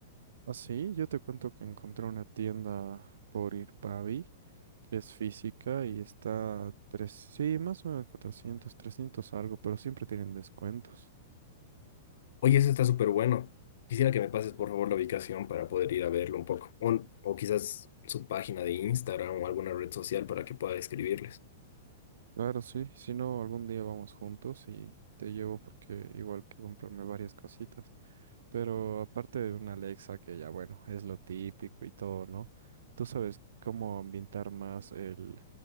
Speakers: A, on the right (about 85°); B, on the left (about 70°).
A: Ah, sí, yo te cuento que encontré una tienda por Irpavi, que es física y está a tres, sí, más o menos 400, 300 algo, pero siempre tienen descuentos.
B: Oye, eso está súper bueno. Quisiera que me pases, por favor, la ubicación para poder ir a verlo un poco. O, o quizás su página de Instagram o alguna red social para que pueda escribirles.
A: Claro, sí. Si no, algún día vamos juntos y te llevo porque igual quiero comprarme varias cositas. Pero aparte de una Alexa, que ya bueno, es lo típico y todo, ¿no? Tú sabes cómo ambientar más el,